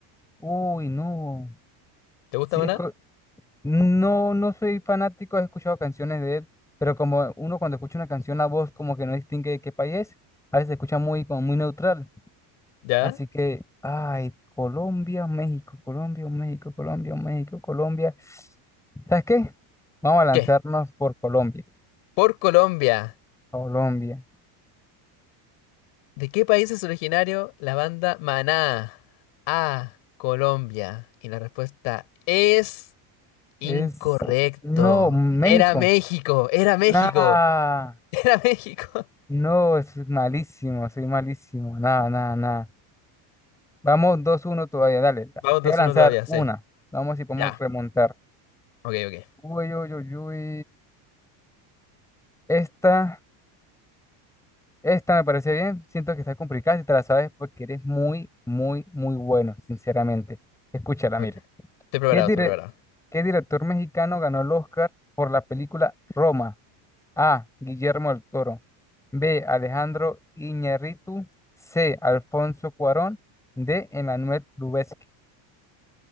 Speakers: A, in the centre; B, on the left.
A: Uy, no.
B: ¿Te gusta
A: Sí,
B: Maná?
A: es, co. No, no soy fanático, he escuchado canciones de él, pero como uno cuando escucha una canción, la voz como que no distingue de qué país es, a veces se escucha muy, como muy neutral.
B: ¿Ya?
A: Así que, ay, Colombia, México, Colombia, México, Colombia, México, Colombia. ¿Sabes qué? Vamos a lanzarnos
B: ¿Qué?
A: por Colombia.
B: Por Colombia.
A: Colombia.
B: ¿De qué país es originario la banda Maná? A. Colombia. Y la respuesta es incorrecto.
A: Es... No, México.
B: Era México, era México,
A: Nah.
B: <laughs> era México.
A: No, es malísimo, soy malísimo. Nada, nada, nada. Vamos dos uno todavía, dale. da-
B: Vamos
A: Te
B: dos
A: voy a
B: uno
A: lanzar
B: todavía,
A: una.
B: sí.
A: Vamos si podemos
B: Ya.
A: remontar.
B: Ok, ok.
A: Uy, uy, uy, uy. Esta, esta me parece bien. Siento que está complicada si te la sabes porque eres muy, muy, muy bueno, sinceramente. Escúchala,
B: ok.
A: mire.
B: Estoy preparado,
A: ¿Qué dire-
B: estoy preparado.
A: qué director mexicano ganó el Oscar por la película Roma? A. Guillermo del Toro. B. Alejandro Iñárritu. C. Alfonso Cuarón. D. Emmanuel Lubezki.